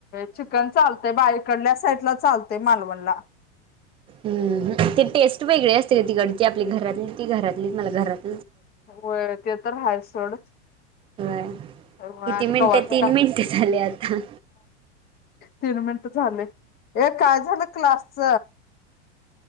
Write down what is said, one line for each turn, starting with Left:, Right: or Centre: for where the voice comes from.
Left: चिकन चालते बाईकडल्या साईड ला चालते मालवणला.
Right: हम् ते टेस्ट वेगळी असते तिकडची आपली घरातली ती घरातली मला घरात
Left: होय ते तर हाय सोड.
Right: होय
Left: होय
Right: किती
Left: आणि
Right: मिनिटं
Left: कव्हाच
Right: तीन
Left: का
Right: मिनिटं झाले आता.
Left: तीन मिनिट झाले हे काय झालं क्लासच.